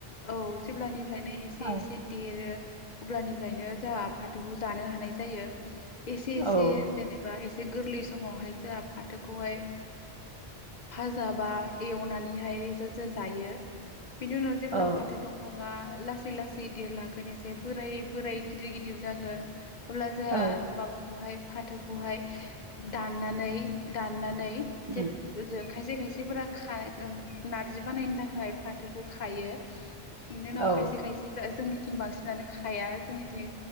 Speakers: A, on the left (about 50°); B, on the right (about 45°).
A: औ जेब्लानिफ्रायनो एसे
B: औ
A: एसे देरो अब्लानिफ्रायनो जोहा फाथोखौ जानो हानाय जायो। एसे एसे
B: औ ओ
A: जेनेबा एसे गोरलै समावहाय जोंहा फाथोखौहाय भाजा बा एवनानैहाय जा जा जायो बिनि उनाव जेब्ला
B: औ
A: फाथो दंफाङा लासै लासै देरलांगोन एसे बोराय बोराय गिदिर-गिदिर जागोन अब्ला जोंहा
B: औ
A: माबाखौहाय फाथोखौहाय दाननानै दाननानै
B: उम
A: जे खायसे खायसे सेफोरा नारजि बानायनो थाखाय फाथोखौ खायो बिनि उनाव
B: औ
A: खायसे खायसे जोंनिथिं बांसिनानो खाया। जोंनिथिं